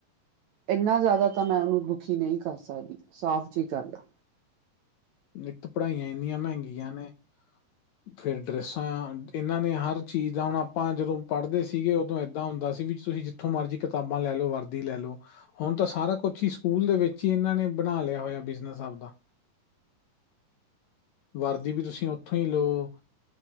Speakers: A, on the right (about 70°); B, on the left (about 75°).
A: ਇੰਨਾ ਜ਼ਿਆਦਾ ਤਾ ਮੈਂ ਉਹਨੂੰ ਦੁਖੀ ਨਹੀਂ ਕਰ ਸਕਦੀ ਸਾਫ਼ ਜੀ ਗੱਲ ਆ
B: ਨਿੱਤ ਪੜ੍ਹਾਈਆਂ ਇੰਨੀਆਂ ਮਹਿੰਗੀਆਂ ਨੇ <inaudible> ਫਿਰ ਡਰੈਸਾਂ ਇਹਨਾਂ ਨੇ ਹਰ ਚੀਜ਼ ਦਾ ਹੁਣ ਆਪਾਂ ਜਦੋਂ ਪੜ੍ਹਦੇ ਸੀਗੇ ਉਦੋਂ ਇੱਦਾਂ ਹੁੰਦਾ ਸੀ ਵੀ ਤੁਸੀਂ ਜਿੱ ਜਿੱਥੋਂ ਮਰਜ਼ੀ ਕਿਤਾਬਾਂ ਲੈ ਲੋ, ਵਰਦੀ ਲੈ ਲੋ ਹੁਣ ਤਾਂ ਸਾਰਾ ਕੁਛ ਹੀ ਸਕੂਲ ਦੇ ਵਿੱਚ ਹੀ ਇਹਨਾਂ ਨੇ ਬਣਾ ਲਿਆ ਹੋਇਆ ਬਿਜਨਸ ਆਬਦਾ ਵਰਦੀ ਵੀ ਤੁਸੀਂ ਉੱਥੋਂ ਹੀ ਲਓ।